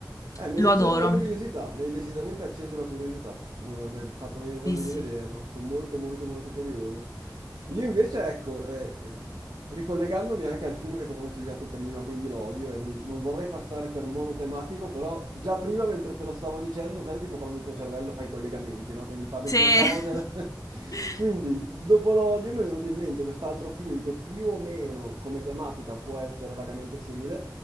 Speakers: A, on the right; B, on the left.
A: Eh, mi hai
B: lo
A: acceso
B: adoro.
A: la curiosità, mi hai decisamente acceso la curiosità, Mm, mi hai fatto venire voglia
B: Sì, sì.
A: di vederlo, sono molto molto molto curioso. Io invece, ecco, eh, ricollegandomi anche al film che ti ho consigliato prima, quindi l'odio, e non, non vorrei passare per monotematico, però già prima mentre te lo stavo dicendo, sai, tipo quando il tuo cervello fa i collegamenti, no? Quindi parli
B: Se-
A: di una cosa... <laughs>
B: <laughs>
A: Quindi, dopo l'odio mi è venuto in mente quest'altro film che più o meno come tematica può essere vagamente simile,